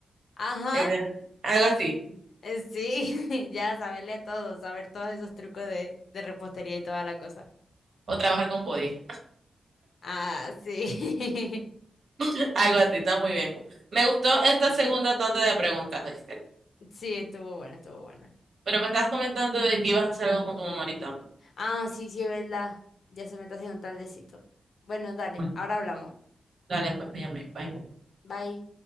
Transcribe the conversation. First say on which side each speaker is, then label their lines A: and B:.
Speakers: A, on the left (about 70°); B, on the right (about 65°).
A: Ajá,
B: era algo así,
A: eh, sí, <laughs> ya saberle a todo, saber todos esos trucos de, de repostería y toda la cosa.
B: o trabajar con body,
A: Ah, sí. <laughs>
B: <laughs> algo así, está muy bien. Me gustó esta
A: Sí,
B: segunda tanda de preguntas, ¿viste?
A: sí, estuvo bueno, estuvo bueno.
B: Pero me estabas comentando de que ibas a hacer algo con tu mamá ahorita.
A: Ah, sí, sí, es verdad. Ya se me está haciendo tardecito. Bueno, dale,
B: Bueno,
A: ahora hablamos.
B: dale, pues me llamé, bye.
A: Bye.